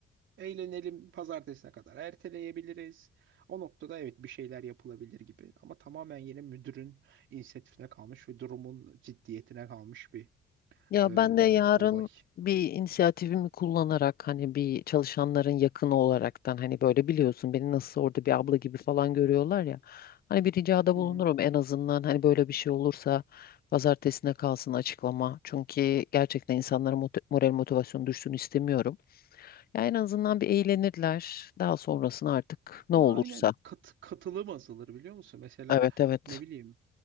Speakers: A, on the right (about 75°); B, on the left (about 50°).
A: eğlenelim pazartesine kadar erteleyebiliriz. O noktada evet bir şeyler yapılabilir gibi. Ama tamamen yine müdürün inisiyatifine kalmış ve durumun ciddiyetine kalmış bir
B: Ya
A: e,
B: ben de yarın
A: olay.
B: bir inisiyatifimi kullanarak hani bir çalışanların yakını olaraktan hani böyle biliyorsun beni nasıl orada bir abla gibi falan görüyorlar ya. Hani bir ricada
A: Hı.
B: bulunurum en azından hani böyle bir şey olursa pazartesine kalsın açıklama. Çünkü gerçekten insanların mot- moral motivasyonu düşsün istemiyorum. Ya en azından bir eğlenirler. Daha sonrasını artık ne
A: Ya
B: olursa.
A: aynen kat, katılım azalır biliyor musun? Mesela
B: Evet evet.
A: ne bileyim